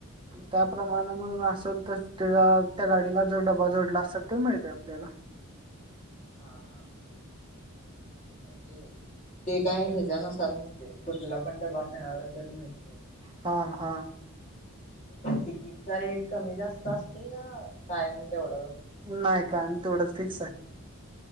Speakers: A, on the right (about 25°); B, on the left (about 35°).
A: त्या प्रमाण म आसंल तर त्या त्या गाडीला जो डबा जोडला आसलं तो मिळतय आपल्याला.
B: रिकामा ऑडिओ हा हा. म्हणजे ते काय ह्याच्यानुसार नसतय कुठला पण डबा मिळाला तर मिळते
A: हा हा.
B: तिकीटचा रेट कमी जास्त असतोय या कायम तेवढाच अस
A: नाही कायम तेवढंच फिक्स हाय